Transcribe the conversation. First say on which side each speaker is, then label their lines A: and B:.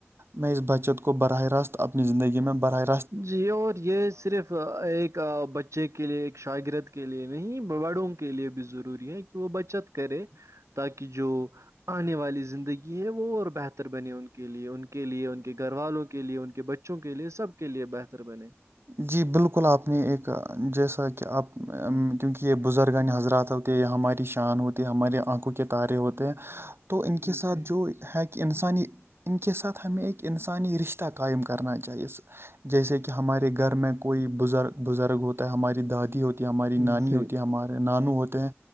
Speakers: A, on the right; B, on the right.
A: میں اس بچت کو براہ راست اپنی زندگی میں براہ را
B: جی اور یہ صرف ایک بچے کے لیے ایک شاگرد کے لیے نہیں بڑوں کے لیے بھی ضروری ہے کہ وہ بچت کرے تاکہ جو آنے والی زندگی ہے وہ اور بہتر بنے ان کے کے لیے ان کے لیے ان کے گھر والوں کے لیے ان کے بچوں کے لیے سب کے لیے بہتر بنے
A: جی بالکل آپ نے ایک جیسا کہ آپ کیونکہ یہ بزرگہ نے حضرات تھا ہماری شان ہوتی ہماراری آنکھوں کے تارے ہوتے ہیں تو ان کے ساتھ
B: جی
A: جو ہے کہ انسانی ان کے ساتھ ہمیں ایک انسانی رشتہ قائم کرنا چاہیے جیسے کہ ہمارے گھر میں کوئی بزرگ بزرگ ہوتا ہے ہماری دادی ہوتی ہماری
B: جی
A: نانی ہوتی ہے ہمارے نانو ہوتے ہیں